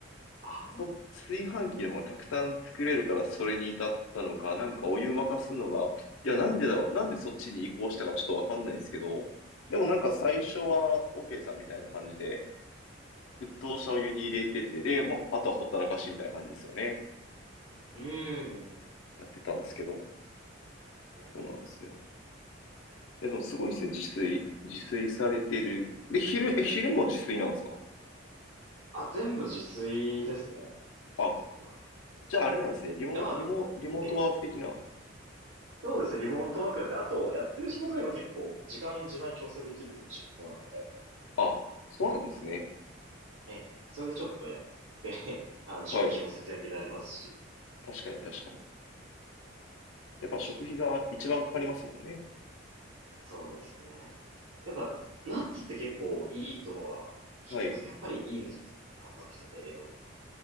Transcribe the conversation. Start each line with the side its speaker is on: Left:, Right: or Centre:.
Right: あ、
Left: そ、炊飯器の方がたくさん作れるからそれに至ったのか、なんかお湯沸かすのが、いや、なんでだろう、なんでそっちに移行したかちょっとわかんないですけど、でもなんか最初は
Right: うん。
Left: OK さんみたいな感じで、沸騰したお湯に入れてて、で、まあ、あとはほったらかしみたいな感じですよね。
Right: うーん。
Left: やってたんですけど、
Right: えー、
Left: そうなんですよ。え、でもすごいですね、
Right: なんか、
Left: 自炊。自炊されてる。で、昼、え、昼も自炊なんですか
Right: あ、全部自炊ですね。基本的には。
Left: あ、じゃああれなんですね。リモ、
Right: え、まあ、
Left: リモ、リモートワーク的な。
Right: え、そうですね。リモートワークだって、あとやってる仕事が今結構時間柔軟に調整できる仕事なので、
Left: あ、そうなんですね。
Right: ええ、それでちょっとやって、<laughs> あの、食費も節約になりますし、
Left: はい。確かに確かに。やっぱ食費が一番かかりますもんね。
Right: 確かにそうですね。やっぱ、ナッツって結構いいとは聞きますけど、
Left: はい。
Right: やっぱりいいんですかその、タンパク質だと栄養分。